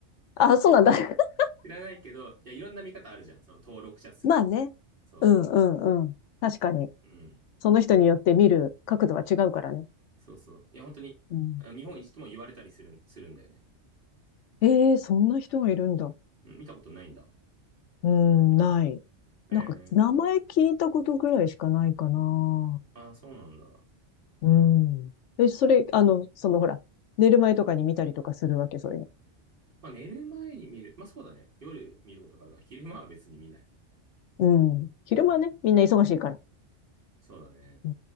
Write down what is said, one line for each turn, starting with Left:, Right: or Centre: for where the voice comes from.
Left: あ、そうなんだ。<laughs>
Right: <laughs> 知らないけど、いや、いろんな見方あるじゃん。その登録者数とか。
Left: まあね。
Right: そ
Left: うんうんうん。確かに。
Right: う。うん。
Left: その人によって見る角度は違うからね。
Right: そうそう。いや、本当に、
Left: うん。
Right: あの日本一とも言われたりする、するんだよね。
Left: ええ、そんな人がいるんだ。
Right: うん、見たことないんだ。
Left: うん、ない。
Right: え
Left: なんか、名前聞いたことぐらいしかないかな。
Right: ー、ああ、そうなんだ。
Left: うん。え、それ、あの、そのほら、寝る前とかに見たりとかするわけ、そういうの。
Right: まあ寝る前に見る。まあそうだね。夜見ることがあるから、昼間は別に見ない。
Left: うん。昼間ね、
Right: うん。
Left: みんな忙しいから。
Right: そうだね。
Left: う